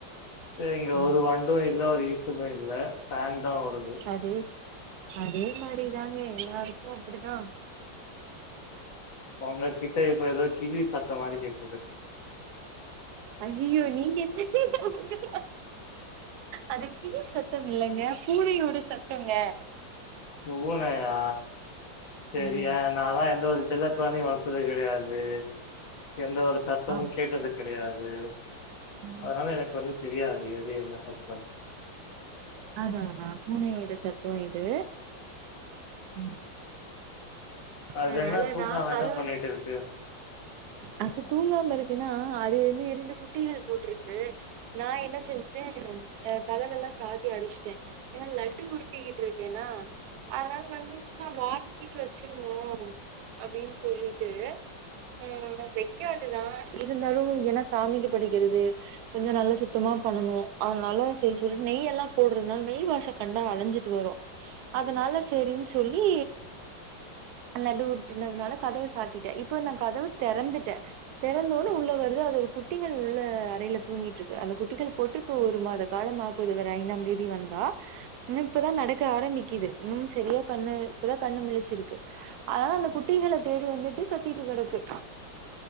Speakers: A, on the left; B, on the right.
A: செரிங்க
B: ம்
A: ஒரு வண்டு இல் ல ஒரு ஈசலு இல்ல ஃபான் தா ஓடுது
B: அது அதே மாரிதாங்க எல்லாருக்கு அப்பிடித்தா
A: உங்க கிட்ட இப்ப ஏதோ கிளி சத்தோ மாரி கேக்குது
B: ஐயய்யோ நீங்க என்ன அதுக் கிளி சத்தம் இல்லைங்க பூனையோட சத்தங்க
A: பூனையா சேரியா
B: ம்
A: நாலா எந்த ஒரு செல்லப் பிராணியு வளத்தது கெடையா தூ எந்த ஒரு சத்தமு
B: ஆமா
A: கேட்டது கெடையாது ம்
B: ம்
A: அதனால எனக்கு வந்து தெரியாது எது என்ன <unintelligible>
B: அதா அதா பூனையோட சத்தோ இது ம்
A: அது
B: அதனால
A: வேணா தூங்காம என்ன தூங்க
B: நா
A: வேணா
B: <unintelligible>
A: பண்ணிட்டு இருக்கு?
B: அது தூங்காம இருக்குனா அது வந்து இரண்டு குட்டிகள் போட்ருக்கு நா என்ன செஞ்சுட்டே ஆ கதவெல்லா சாத்தி அடச்சிட்டே ஏனா லட்டு உருட்டிக்கிட்டு இருக்கேனா அதனால வந்துச்சுன்னா வாய கீய வச் ச்சிருமோ அப்டின் சொல்லிட்டு ம் வைக்காதுதா இருந்தாலு ஏனா சாமிக்கு படைக்கறது கொஞ்சோ நல்லா சுத்தமா பண்ணணு அதனால சரி சொல்லிட்டு நெய் எல்லா போட்றனால நெய் வாசக் கண்டா அலைஞ்சிட்டு வரு அதனால சேரின் சொல்லி லட்டு உருட்டினதுனால கதவ சாத்திட்டே இப்ப நா கதவ தெறந்துட்டே தெறந்தோட்ன உள்ள வருது அதோட குட்டிகள் உள்ள அறைல தூங்கிட்ருக்கு அந்த குட்டிகள் போட்டு இப்ப ஒரு மாத காலம் ஆப்போது வர்ற ஐந்தாம் தேதி வந்தா இன்னு இப்பதா நடக்க ஆரம்பிக்குது இன்னும் செரியா கண்ணு இப்பதா கண்ணு முழிச் சு இருக்கு அதால அந்த குட்டிகள தேடி வந்துட்டு கத்திட்டு கெடக்கு